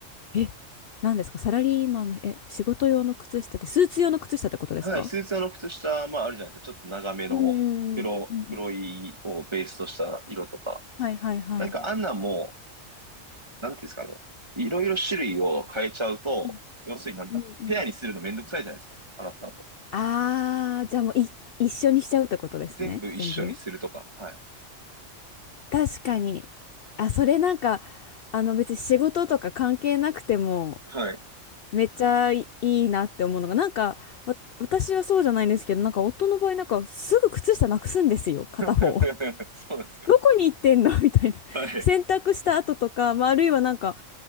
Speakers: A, on the left (about 60°); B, on the right (about 20°).
A: う。えなんですかサラリーマンの、え、仕事用の靴下って、スーツ用の靴下ってことですか
B: はい、スーツ用の靴下、まああるじゃないですか。ちょっと長めの黒、
A: うんうんうんうんうん。
B: 黒いをベースとした色とか。
A: はいはいはい。
B: なんかあんなんも、なんていうんですかね。いろいろ種類を変えちゃうと、
A: うん
B: 要するになんだ、
A: うんうん
B: ペアにするのめんどくさいじゃないですか。洗った後。
A: ああ、じゃあもうい、一緒にしちゃうってことですね、
B: 全部一緒にするとか。
A: 全部。
B: はい。
A: 確かに。あ、それなんか、あの別に仕事とか関係なくても、
B: はい。
A: めっちゃいいなって思うのが、なんか、わ、私はそうじゃないんですけど、なんか夫の場合、なんかすぐ靴下なくすんですよ、
B: <laughs>
A: 片方。<laughs>
B: そうですか。
A: どこに行ってんのみたいな。
B: はい。
A: 洗濯した後とか、まあ、あるいはなんか、